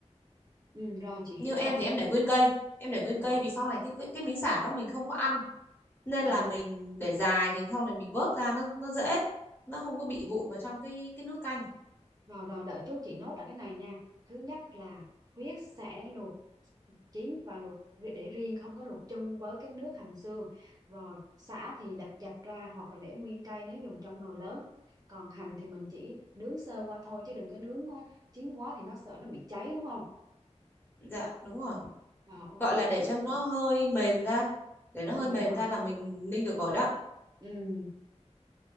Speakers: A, on the right; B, on the left.
A: ừ, rồi chị
B: như
A: hiểu
B: em
A: rồi.
B: thì em để nguyên cây em để nguyên
A: Rồi.
B: cây vì sau này cái cái, cái miếng sả đó mình không có ăn nên
A: Ừ.
B: là mình để dài thì sau này mình vớt ra nó nó dễ nó không có bị vụn vào trong cái cái nước canh
A: Rồi rồi đợi chút chị nốt lại cái này nha. Thứ nhất là huyết sẽ luộc chín và luộc ri- để riêng không có luộc chung với cái nước hầm xương. Rồi sả thì đập dập ra hoặc là để nguyên cây nếu dùng trong nồi lớn. Còn hành thì mình chỉ nướng sơ qua thôi chứ đừng có nướng quá chín quá thì nó sợ nó bị cháy đúng không?
B: dạ đúng rồi
A: Rồi ok
B: gọi
A: em
B: là để
A: cứ
B: cho
A: tiếp
B: nó
A: tục.
B: hơi mềm ra để nó
A: Ừ
B: hơi mềm
A: rồi.
B: ra là mình ninh được rồi đó
A: Ừ.